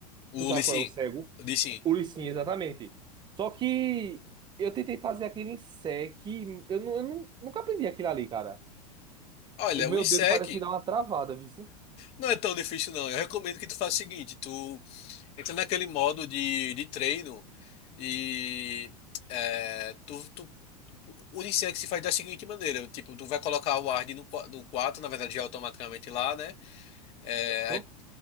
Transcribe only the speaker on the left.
O
Lee Sin.
O Lee Sin.
Olha,
o Insec.
Não é tão difícil, não. Eu recomendo que tu faça o seguinte, tu entra naquele modo de, de treino e é, tu, tu, o Unisex se faz da seguinte maneira, tipo, tu vai colocar o Ward no, qua- no 4, na verdade já é automaticamente lá, né? É,
aí-